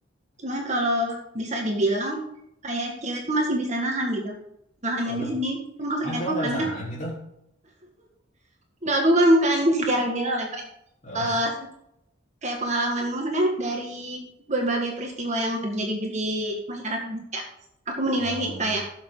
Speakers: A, on the right; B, on the left.
A: Cuman kalau bisa dibilang kayak cewek tuh masih bisa nahan gitu. Nahannya
B: Waduh,
A: di sini tuh maksudnya
B: ah, cowok
A: tuh
B: nggak
A: karena
B: sanaan gitu.
A: nggak aku kan bukan secara general ya, kayak,
B: <laughs>
A: eh, kayak pengalaman maksudnya dari berbagai peristiwa yang terjadi di masyarakat gitu ya. Aku menilai
B: Em,
A: kayak, kayak,